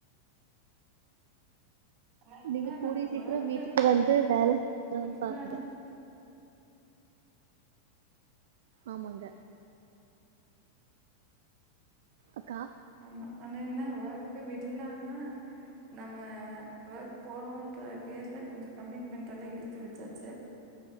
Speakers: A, on the right (about 40°); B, on the right (about 55°).
A: ஆனா என்ன
B: நீங்க கூடிய
A: நம்ம
B: சீக்கிரோ
A: வொர்க்க
B: வீட்டுக்கு வந்து வேல
A: விடலான்
B: பாப்பீங்க ஆமாங்க அக்கா
A: ஆமா ஆனா என்ன வொர்க் விடலன்னா நம்ம ஒர்க் போறோன்ற பேர்ல கொஞ்சோ கமிட்மெண்ட்டெல்லா இழுத்து வச்சாச்சு